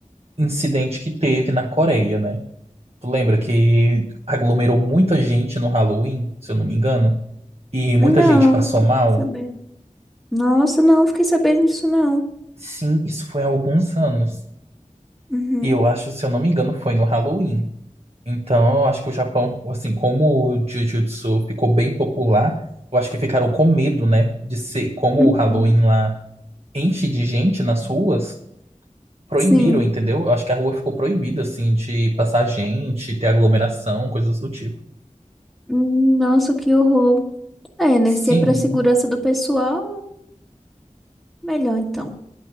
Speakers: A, on the right; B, in the centre.
A: incidente que teve na Coreia, né? Tu lembra que aglomerou muita gente no Halloween, se eu não me engano, e muita
B: Não,
A: gente passou
B: não
A: mal?
B: fiquei sabendo. Nossa, não, fiquei sabendo disso, não.
A: Sim, isso foi há alguns anos.
B: Uhum.
A: E eu acho, se eu não me engano, foi no Halloween. Então, eu acho que o Japão, assim, como o Jiu-Jitsu ficou bem popular, eu acho que ficaram com medo, né? De ser, como
B: Uhum.
A: o Halloween lá enche de gente nas ruas, proibiram,
B: Sim.
A: entendeu? Eu acho que a rua ficou proibida, assim, de passar gente, ter aglomeração, coisas do tipo.
B: Hum, Nossa, que horror. É, né?
A: Sim,
B: Se é pra segurança do pessoal, melhor então.